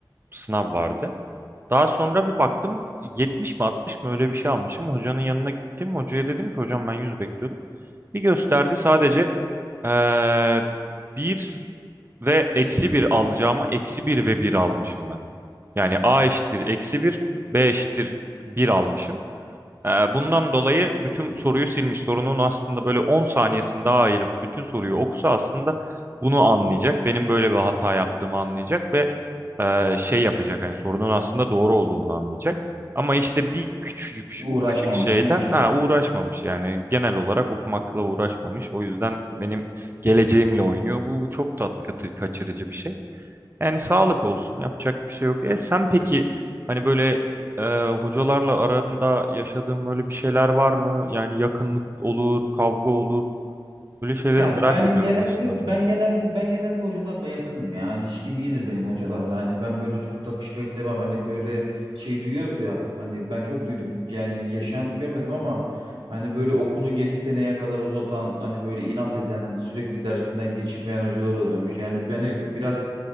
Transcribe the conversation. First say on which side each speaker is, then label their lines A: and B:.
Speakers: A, on the right (about 30°); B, on the right (about 80°).
A: sınav vardı. Daha sonra bir baktım yetmiş mi altmış mı öyle bir şey almışım. Hocanın yanına gittim. Hocaya dedim ki hocam ben 100 bekliyordum. Bir gösterdi sadece eee 1 ve eksi bir alacağıma eksi bir ve bir almışım ben. Yani A eşittir eksi bir, B eşittir bir almışım. Ee, Bundan dolayı bütün soruyu silmiş. Sorunun aslında böyle 10 saniyesini daha ayırıp bütün soruyu okusa aslında bunu anlayacak. Benim böyle bir hata yaptığımı anlayacak ve e, şey yapacak hani sorunun aslında doğru olduğunu anlayacak. Ama işte bir küçücük,
B: Uğraşmamış
A: ufacık şeyden
B: değil mi işte?
A: ha, uğraşmamış yani genel olarak okumakla uğraşmamış. O yüzden benim geleceğimle oynuyor. Bu çok tat katı- kaçırıcı bir şey. Yani sağlık olsun yapacak bir şey yok. E sen peki hani böyle e, hocalarla aranda yaşadığın böyle bir şeyler var mı? Yani yakınlık olur, kavga olur. Böyle şeyleri
B: Ya
A: merak
B: ben
A: ediyorum
B: genelde
A: aslında.
B: ben genelde ben genelde hocalarla yakınım ya. İlişkim iyidir benim hocalarla. Hani ben böyle çok takışmayı sevmem. Hani böyle şey duyuyoruz ya. Hani ben çok duydum. Yani yaşayan görmedim ama hani böyle okulu 7 seneye kadar uzatan, hani böyle inat eden, sürekli dersinden geçirmeyen hocalar oluyormuş. Yani beni biraz